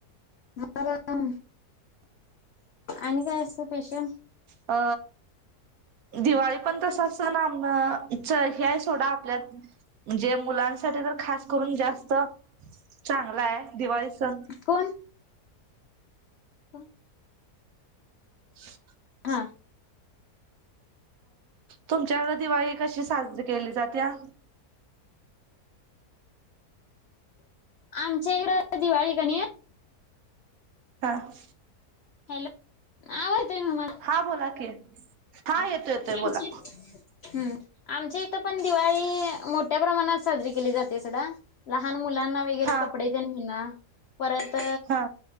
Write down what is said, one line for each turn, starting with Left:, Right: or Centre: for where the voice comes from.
Left: चाल्याना हम्म आणि काय असतं. पेशन्स
Right: अ दिवाळी पण तस सण आम हे आहे सोडा आपल्या. म्हणजे मुलांसाठी तर खास करून जास्त चांगला आहे दिवाळी सण.
Left: कोण? कां.
Right: <inaudible>
Left: आ..
Right: तुमच्याकडं दिवाळी कशी साजरी केली जात्या?
Left: आमच्या इकडं दिवाळी कणी.
Right: हां.
Left: हॅलो, आवाज येतोय नव माझा.
Right: हा, बोला की.
Left: हा, आमचा
Right: येतोय येतोय बोला
Left: इथं. हम्म, आमच्या इथं पण दिवाळी मोठ्या प्रमाणात साजरी केली जाते सोडा. लहान मुलांना वगैरे,
Right: हा
Left: कपडे तेन म्हना परत.
Right: हा